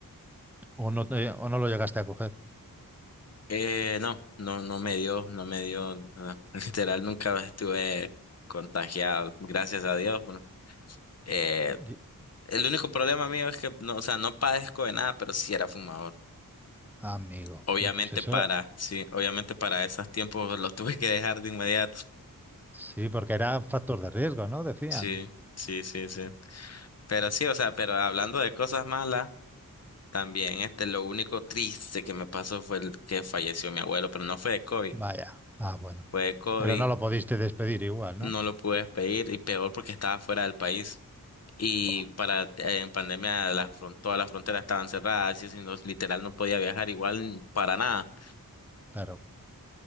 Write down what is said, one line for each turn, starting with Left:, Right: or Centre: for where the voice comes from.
Centre: o no, te- o no lo llegaste a coger.
Left: Eh, no, no, no me dio, no me dio, no, <laughs> literal nunca estuve contagiado, gracias a Dios. Bueno, eh,
Centre: Ye-
Left: el único problema mío es que, no, o sea, no padezco de nada, pero sí era fumador.
Centre: Amigo,
Left: Obviamente
Centre: uy, pues eso,
Left: para, sí, obviamente para esos tiempos los tuve que dejar de inmediato.
Centre: sí, porque era factor de riesgo, ¿no? Decían.
Left: Sí, sí, sí, sí. Pero sí, o sea, pero hablando de cosas malas, también este, lo único triste que me pasó fue el que falleció mi abuelo, pero no fue de COVID,
Centre: Vaya. Ah, bueno.
Left: fue de COVID
Centre: Pero no lo pudiste despedir igual,
Left: no
Centre: ¿no?
Left: lo pude pedir y peor porque estaba fuera del país. Y
Centre: Buah,
Left: para eh, en pandemia la fron- todas las fronteras estaban cerradas, y si no, literal no podía viajar igual para nada.
Centre: claro.